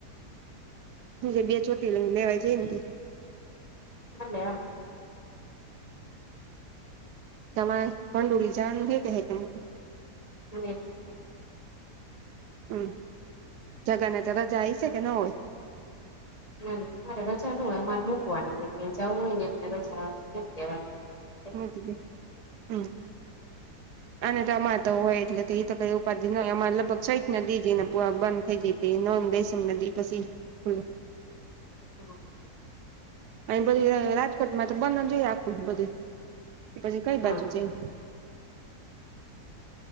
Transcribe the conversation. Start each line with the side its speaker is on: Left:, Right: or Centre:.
Right: હું જે બે જ્યોતિ લિંગ લેવાય જાય ને ત
Left: હાલે હા
Right: તમારે પંડુરી જાવાનું હે કહે <unintelligible>
Left: હમ <unintelligible>
Right: હમ જગા ને જગા જાય છે કે ને હોય
Left: ના મારે રજા ન હોય અમારે મૂકવાની કે ક જવું હોય ને એ રજા નથી દેવાની <unintelligible>
Right: મુકીદે હંમ આને તો અમાર તો હોય એટલે તો એ તો કઈ ઉપાધિ ન હોય અમારે લગભગ સઈ જ ને દી જઈ ને પ બંધ થઈ જાય તે નોન વેસમ નદી પસી ખુલે
Left: હ
Right: અન બધું રાજકોટમાં તો બંધ જ હોય આખું જ બધું પછી કઈ
Left: હા
Right: બાજુ છે